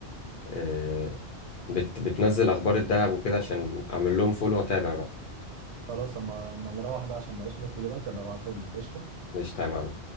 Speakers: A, on the left; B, on the right.
A: آه، بت بتنزل اخبار الدهب وكده عشان اعمل لهم فولو واتابع بقى
B: خلاص اما اما نروح بقى عشان معيش نت دلوقتي ابقى ابعتهم لك قشطه
A: قشطة يا معلم